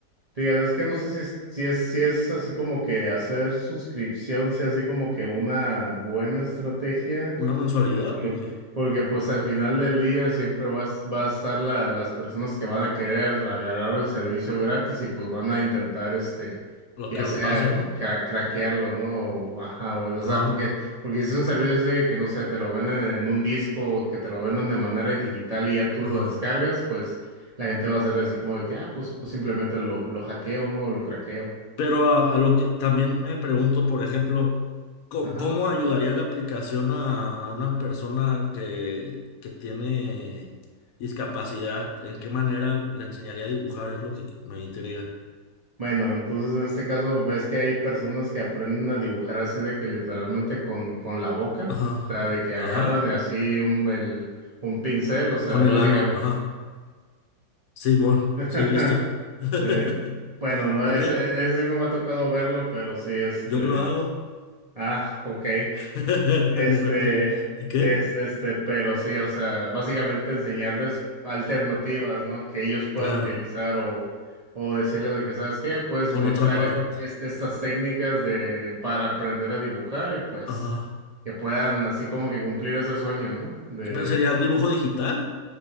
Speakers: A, on the right; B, on the left.
A: Fíjate, es que no sé si es, si es, si es así como que hacer suscripción sea así como que una buena estrategia,
B: ¿Una mensualidad
A: porque,
B: o qué?
A: porque, pues al final del día siempre vas, va a estar la- las personas que van a querer agarrar el servicio gratis y pues van a intentar este,
B: Lo
A: ya
B: que lo
A: sea
B: pase,
A: cra-
B: ¿no?
A: craquearlo, ¿no? O, ajá, o,
B: Ajá,
A: o sea, porque, porque si es un servicio así de que no sé, te lo venden en un disco, que te lo vendan de manera digital y ya tú lo
B: ajá.
A: descargas, pues. La gente va a ser así como de que, ah, pues, pues simplemente lo, lo hackeo, ¿no? O lo craqueo.
B: Pero a, a lo que también me pregunto, por ejemplo, ¿cómo,
A: Ajá.
B: cómo ayudaría la aplicación a, a una persona que, que tiene discapacidad? ¿En qué manera le enseñaría a dibujar? Es lo que me intriga.
A: Bueno, entonces en este caso ves que hay personas que aprenden a dibujar así de que literalmente con, con la boca,
B: Ajá,
A: o sea, de que agarran
B: ajá.
A: así un, el, un pincel, o sea,
B: Con
A: básicamente.
B: el ano, ajá. Sí, bueno,
A: <laughs>
B: sí he visto. <laughs>
A: Sí. Bueno, no,
B: ¿Y
A: ese,
B: qué?
A: ese sí no me ha tocado verlo, pero sí, este.
B: Yo lo hago.
A: Ah, ok.
B: <laughs>
A: Este,
B: Mi rato libre. ¿Y qué?
A: es, este, pero sí, o sea, básicamente enseñarles alternativas, ¿no? Que ellos puedan
B: Claro,
A: utilizar o, o decirles de que, ¿sabes qué? Puedes
B: con
A: utilizar
B: otra parte.
A: e- este- estas técnicas de, para aprender a dibujar y pues
B: Ajá.
A: que puedan así como que cumplir ese sueño, ¿no? De,
B: Pero sería un dibujo digital.